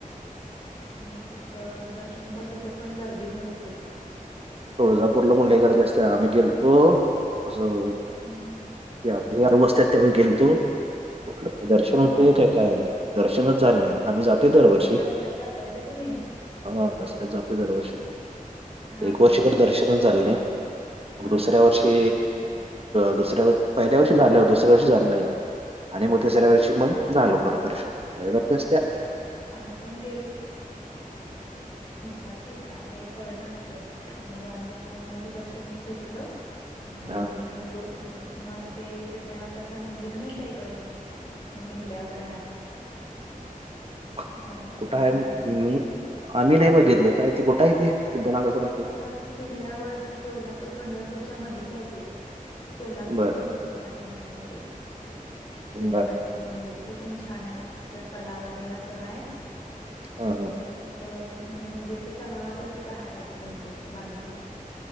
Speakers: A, on the left; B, on the right.
A: मग तिथं दर्शन पण तिथं पण गर्दी भरपूर.
B: तुळजापूरला पण लई गर्दी असत्या आम्ही गेलतो असं.
A: हं.
B: आप आरू बसतात त्याव गेलतो कुठलं काय दर्शन होते
A: हां.
B: काय काय. दर्शनच झालं नाही आम्ही जातोय दरवर्षी.
A: दसऱ्यात जाताय व्हय तुम्ही?
B: हा तस जाते दरवर्षी.
A: हां,
B: एक
A: हां,
B: वर्षी
A: हां.
B: तर दर्शनच झालं नाही
A: हां,
B: म दुसऱ्या वर्षी. दुसऱ्या पहिल्या वर्षी झालं दुसऱ्या वर्षी झालं नाही आणि
A: हां.
B: मग तिसऱ्या वर्षी मग. झालो दर्शन लई गर्दी असत्या.
A: आम्ही पण काची काय कळ ना तिथं. मग आम्ही मग मुख दर्शनच घेतलं आणि मग
B: हा
A: तिथून निघलो. मग तिथन मग ते सिद्धनाथाचं मंदिर नाही का इकडं. मग निघल्यावर हाय.
B: <inaudible>
A: सिद्धनाथचं
B: कुठं
A: मंदिर
B: आहे
A: म्हणून
B: मी आम्ही नाही बघितलं काय ते कुठं
A: <inaudible>
B: आहे ते सिद्धनाथाचं
A: तुळजापुरात
B: मंदिर
A: न निघल्यावर तुळजापूर, पंढरपूर पूरच्या मध्येच आहे तेे सोलापूरमध्ये
B: बर
A: होतीत काय कोणास ठाऊक. ते. सिद्धनाथाचं
B: बर
A: मंदिर ते पण छान आहे तिथं तलाव तेण असं हाय
B: हा हा
A: म तिथं ते ण म्हणजे मंदिर ते तलावातच तीथ हाय असं बहुतेक ते बांधलय.